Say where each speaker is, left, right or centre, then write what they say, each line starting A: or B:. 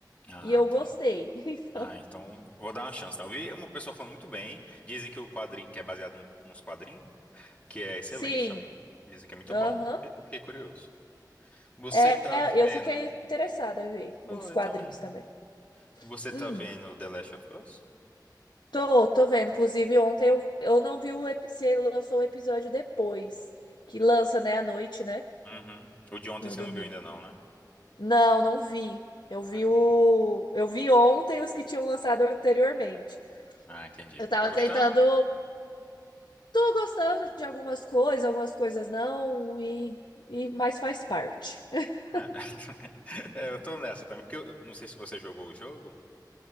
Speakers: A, on the left; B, on the left.
A: Ah,
B: E eu gostei.
A: tá.
B: <laughs>
A: Ah, então vou dar uma chance. né? Eu vi uma pessoa falando muito bem. Dizem que o quadrinho, que é baseado no- nos quadrinhos, que é excelente
B: Sim.
A: também. Dizem que é muito
B: Aham.
A: bom. Eu fiquei curioso. Você
B: É,
A: tá
B: é,
A: vendo?
B: eu fiquei interessada em ver os
A: Oi,
B: quadrinhos
A: também.
B: também.
A: Você
B: Hum,
A: tá vendo The Last of Us?
B: tô, tô vendo. Inclusive, ontem eu, eu não vi o, ep- se lançou o episódio depois. Que lança, né, à noite, né?
A: Uhum. O de ontem
B: No
A: você
B: domingo.
A: não viu ainda não, né?
B: Não, não vi. Eu vi
A: Ah, então.
B: o. Eu vi ontem os que tinham lançado anteriormente.
A: Ah, entendi.
B: Eu tava
A: Tá gostando?
B: tentando Tô gostando de algumas coisas, algumas coisas não, e, e mas faz parte. <laughs>
A: É. <laughs> É, eu tô nessa também, porque eu eu não sei se você jogou o jogo.